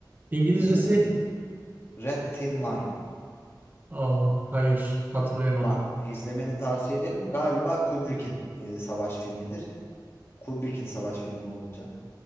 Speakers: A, on the right (about 25°); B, on the left (about 35°).
A: İngilizcesi?
B: İzledin mi? Red Thin Line.
A: Aa, hayır hatırlayamadım.
B: Bak, izlemeni tavsiye ederim. Galiba Kubrick'in e, savaş filmidir. Kubrick'in savaş filmi olunca